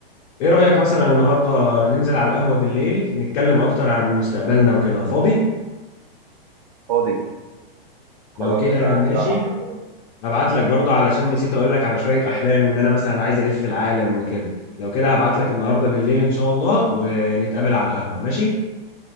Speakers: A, on the left; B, on the right.
A: ايه رأيك مثلا النهارده ننزل على القهوة بالليل نتكلم اكتر عن مستقبلنا وكده فاضي
B: فاضي خلاص
A: لو كده
B: على
A: ماشي
B: الساعة 10 كده
A: هبعت لك برضه علشان نسيت اقول لك على شوية احلام ان انا مثلا عايز الف العالم وكده لو كده هبعت لك النهارده بالليل ان شاء الله ونتقابل على القهوة ماشي